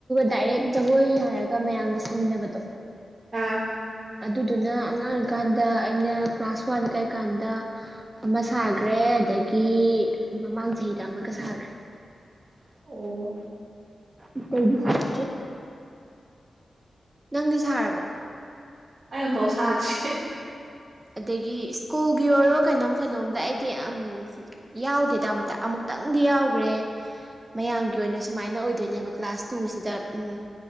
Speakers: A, on the right; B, on the right.
A: ꯗꯥꯏꯔꯦꯛ ꯖꯒꯣꯏ ꯍꯥꯏꯔꯒ ꯃꯌꯥꯝꯒ ꯁꯥꯃꯤꯟꯅꯕꯗꯣ
B: ꯑꯥ꯫
A: ꯑꯗꯨꯗꯨꯅ ꯑꯉꯥꯡ ꯑꯣꯏꯔꯤ ꯀꯥꯟꯗ ꯑꯩꯅ ꯀ꯭ꯂꯥꯁ ꯋꯥꯟ ꯀꯔꯤ ꯀꯥꯟꯗꯥ ꯑꯃ ꯁꯥꯒ꯭ꯔꯦ ꯑꯗꯒꯤ ꯃꯃꯥꯡ ꯆꯍꯤꯗ ꯑꯃꯒ ꯁꯥꯒ꯭ꯔꯦ꯫
B: ꯑꯣ꯫
A: ꯑꯇꯩꯗꯤ ꯁꯥꯥꯗ꯭ꯔꯤ꯫ ꯅꯪꯗꯤ ꯁꯥꯔꯕꯣ꯫
B: ꯑꯩ ꯑꯃꯨꯛꯐꯥꯎ ꯁꯥꯗ꯭ꯔꯤ <unintelligible>
A: ꯑꯗꯒꯤ ꯁ꯭ꯀꯨꯜꯒꯤ ꯑꯣꯏꯔꯣ ꯀꯩꯅꯣꯝ ꯀꯩꯅꯣꯝꯗ ꯑꯩꯗꯤ ꯑꯝ ꯌꯥꯎꯗꯦꯗ ꯑꯝꯇ ꯑꯃꯨꯛ ꯇꯪꯗꯤ ꯌꯥꯎꯒ꯭ꯔꯦ꯫ ꯃꯌꯥꯝꯒꯤ ꯑꯣꯏꯅ ꯁꯨꯃꯥꯏꯅ ꯑꯣꯏꯗꯣꯏꯅꯦꯕ ꯀ꯭ꯂꯥꯁ ꯇꯨꯖꯤꯗ ꯎꯝ